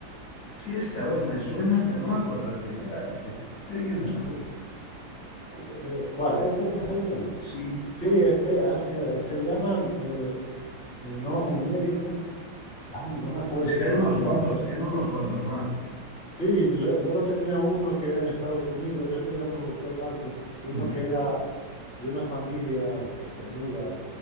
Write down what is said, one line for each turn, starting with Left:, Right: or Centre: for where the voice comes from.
Left: Sí, es que a ver, me suena, pero no me acuerdo de quién era este. ¿Este de quién era?
Centre: Sí. Cu- eh, ¿Cuál? ¿Este que te estoy diciendo?
Left: Sí,
Centre: Sí, es que hacia- se llaman, eh, no al médico, ay, no me acuerdo
Left: es que
Centre: cómo
Left: hay unos
Centre: se llama.
Left: cuantos, tiene unos cuantos más.
Centre: Sí, lue- luego tenía uno que era en Estados Unidos, ese ya no me gustó tanto, uno
Left: Mm,
Centre: que era de una familia que se muda.